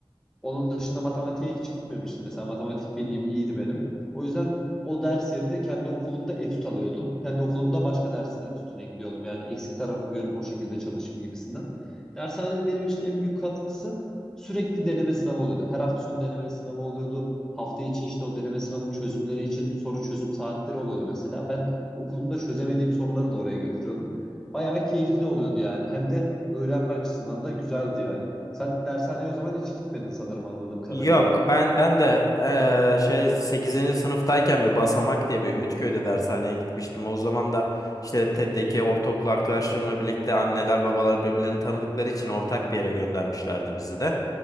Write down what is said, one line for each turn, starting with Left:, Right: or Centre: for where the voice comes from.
Centre: Onun dışında matematiğe hiç gitmemiştim. Mesela matematik bilgim iyiydi benim. O yüzden o ders yerine kendi okulumda etüt alıyordum. Kendi okulumda başka dersin etütüne gidiyordum. Yani eksik tarafımı görüp o şekilde çalışayım gibisinden. Dershanenin benim için en büyük katkısı sürekli deneme sınavı oluyordu. Her hafta sonu deneme sınavı oluyordu. Hafta içi işte o deneme sınavının çözümleri için soru çözüm saatleri oluyordu mesela. Ben okulumda çözemediğim soruları da oraya götürüyordum. Bayağı keyifli oluyordu yani. Hem de öğrenme açısından da güzeldi yani. Sen dershaneye o zaman hiç gitmedin sanırım anladığım kadarıyla.
Left: Yok ben ben de eee, şey sekizinci sınıftayken bir Basamak diye bir Ümitköy'de dershaneye gitmiştim. O zaman da işte TED'deki ortaokul arkadaşlarımla birlikte anneler babalar birbirlerini tanıdıkları için ortak bir yere göndermişlerdi bizi de.